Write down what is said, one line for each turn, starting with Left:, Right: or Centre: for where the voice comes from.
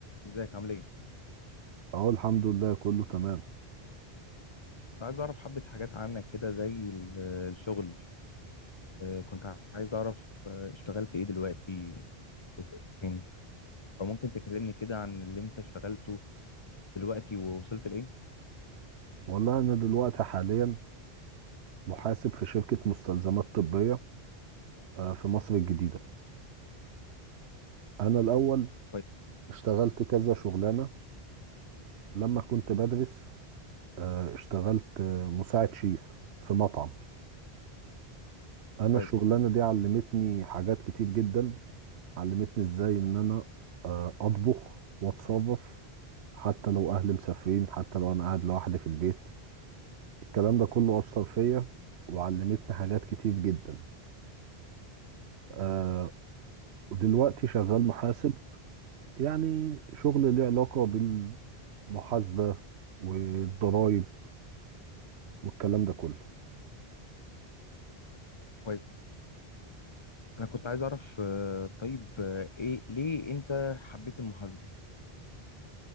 Left: ازيك عامل ايه؟
Right: اه الحمد لله كله تمام
Left: كنت عايز اعرف حبة حاجات عنك كده زي ال- الشغل آه، كنت عايز اعرف آه، اشتغلت ايه دلوقتي وصلت فين فممكن تكلمني كده عن اللي انت اشتغلته دلوقتي ووصلت لايه؟
Right: والله انا دلوقتي حاليا محاسب في شركة مستلزمات طبية آه، في مصر الجديدة انا الاول
Left: كويس
Right: اشتغلت كذا شغلانة لما كنت بدرس آه، اشتغلت آه، مساعد شيف في مطعم انا
Left: كويس
Right: الشغلانة دي علمتني حاجات كتير جدا علمتني ازاي ان انا آه، اطبخ واتصرف حتى لو اهلي مسافرين حتى لو انا قاعد لوحدي في البيت الكلام ده كله اثر فيا وعلمتني حاجات كتير جدا آه، ودلوقتي شغال محاسب يعني شغل له علاقة بالمحاسبة والضرايب والكلام ده كله
Left: كويس انا كنت عايز اعرف آه، طيب آه، ايه ليه انت حبيت المحاسبة؟